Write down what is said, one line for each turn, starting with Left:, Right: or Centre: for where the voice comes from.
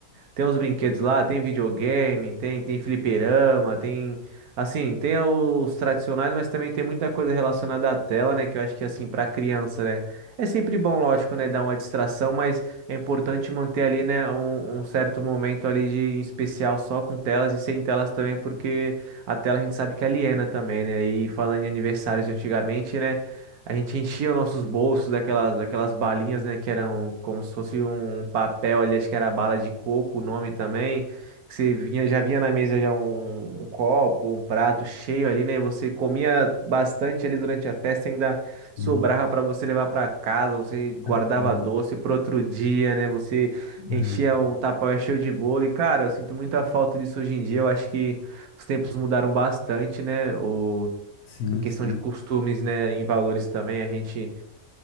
Right: Tem uns brinquedos lá, tem videogame, tem, tem fliperama, tem. Assim, tem os tradicionais, mas também tem muita coisa relacionada à tela, né? Que eu acho que, assim, para criança, né? É sempre bom, lógico, né? Dar uma distração, mas é importante manter ali, né? Um, um certo momento ali de em especial só com telas e sem telas também, porque a tela a gente sabe que aliena também, né? E falando em aniversários de antigamente, né? A gente enchia os nossos bolsos daquelas, daquelas balinhas, né? Que eram como se fosse um papel ali, acho que era bala de coco, o nome também. Que você vinha, já vinha na mesa já um, um copo, um prato cheio ali, né? Você comia bastante ali durante a festa, ainda
Left: Sim,
Right: sobrava para você levar para casa, você guardava
Left: é verdade.
Right: doce para outro dia, né? Você
Left: É,
Right: enchia um tapaué cheio de bolo. E, cara, eu sinto muita falta disso hoje em dia. Eu acho que os tempos mudaram bastante, né? O
Left: sim,
Right: em questão
Left: sim,
Right: de costumes, né, em valores também, a gente,